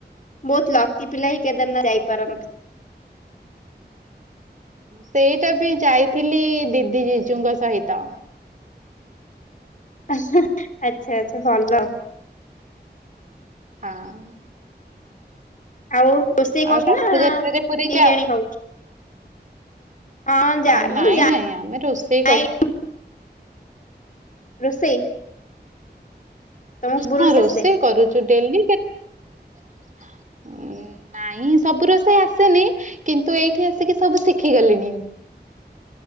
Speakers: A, on the left (about 45°); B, on the right (about 45°).
A: ବହୁତ ଲକି ପିଲା ହିଁ କେଦାରନାଥ ଯାଇପାରନ୍ତି
B: ସେଇଟା ବି ଯାଇଥିଲି ଦିଦି ଜିଜୁଙ୍କ ସହିତ
A: ଆଚ୍ଛା ଆଚ୍ଛା ଭଲ
B: ହଁ
A: ଆଉ ରୋଷେଇ କରୁଛୁ
B: ଆଉ ରଥଯାତ୍ରୀରେ
A: ନା କିଣିକି
B: ପୁରୀ ଯାଅ
A: ଆଣି ଖାଉଛୁ? ହଁ ଯା ମୁଁ
B: ନାଇଁ
A: ତ
B: ନାଇଁ ଆମେ ରୋଷେଇ
A: ଯାଏ
B: କରୁଛୁ
A: ରୋଷେଇ ତମକୁ ସବୁ
B: ହଁ ରୋଷେଇ
A: ଆସେ?
B: କରୁଛୁ ଡେଲି ଉ ନାଇଁ ସବୁ ରୋସେଇ ଆସେନି କିନ୍ତୁ ଏଇଠି ଆସିକି ସବୁ ଶିଖିଗଲିଣି।